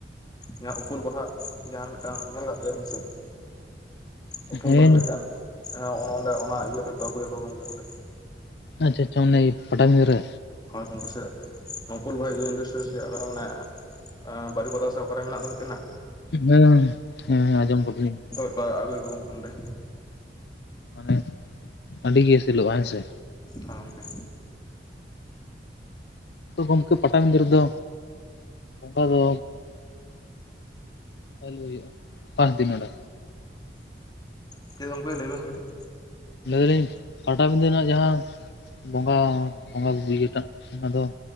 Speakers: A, on the left; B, on the left.
A: ᱡᱟᱦᱟᱸ ᱩᱯᱟᱹᱞ ᱵᱟᱦᱟ ᱡᱟᱦᱟᱸ ᱢᱤᱫᱴᱟᱝ ᱧᱮᱞ ᱠᱟᱜ ᱜᱮᱭᱟ ᱵᱤᱱ ᱥᱮ ᱩᱯᱩᱞ
B: ᱦᱮᱸ
A: ᱵᱟᱦᱟ ᱢᱤᱫᱴᱟᱝ ᱚᱱᱮ ᱚᱸᱰᱮ ᱚᱱᱟ ᱤᱭᱟᱹ ᱠᱷᱚ ᱠᱚ ᱟᱹᱜᱩᱭᱟᱠᱚ ᱜᱚᱢᱠᱮ ᱱᱚᱸᱰᱮ
B: ᱟᱪᱪᱷᱟ ᱟᱪᱪᱷᱟ ᱚᱱᱮ ᱯᱟᱴᱟ ᱵᱤᱫᱟᱹ ᱨᱮ
A: ᱦᱳᱭ ᱜᱚᱝᱠᱮ ᱥᱮ ᱱᱚᱯᱩᱞ ᱵᱷᱟᱭ ᱤᱱᱰᱟᱥᱴᱨᱤ ᱪᱮ ᱚᱠᱟᱨᱮ ᱢᱮᱱᱟᱜ ᱟ ᱵᱟᱨᱤᱯᱟᱫᱟ ᱥᱮ ᱚᱠᱟᱨᱮ ᱢᱮᱱᱟᱜ ᱫᱚ ᱢᱤᱫᱴᱮᱱ ᱦᱟᱜ
B: ᱦᱮᱸ ᱦᱮᱸ ᱟᱸᱡᱚᱢ ᱠᱟᱫᱟᱞᱤᱧ
A: ᱟᱹᱜᱩᱭ ᱟᱠᱚ ᱜᱚᱢᱠᱮ
B: ᱢᱟᱱᱮ ᱟᱹᱰᱤ ᱜᱮᱥᱮᱞᱚᱜᱼᱟ ᱦᱮᱸ ᱥᱮ
A: ᱟᱨ ᱜᱚᱢᱠᱮ
B: ᱜᱚᱢᱠᱮ ᱯᱟᱴᱟᱵᱤᱫᱟᱹ ᱨᱮᱫᱚ ᱚᱱᱠᱟ ᱫᱚ ᱟᱹᱞᱩ ᱦᱩᱭᱩᱜᱼᱟ ᱯᱟᱸᱪ ᱫᱤᱱ ᱚᱸᱰᱮ
A: ᱪᱮᱫ ᱜᱚᱢᱠᱮ ᱞᱟᱹᱭᱵᱮᱱ ᱠᱟᱹᱴᱤᱡ
B: ᱞᱟᱹᱭ ᱫᱟᱞᱤᱧ ᱯᱟᱴᱟᱵᱤᱫᱟᱹ ᱨᱮᱱᱟᱜ ᱡᱟᱦᱟᱸ ᱵᱚᱸᱜᱟ ᱵᱚᱸᱜᱟ ᱤᱭᱟᱹᱴᱟᱜ ᱚᱱᱟᱫᱚ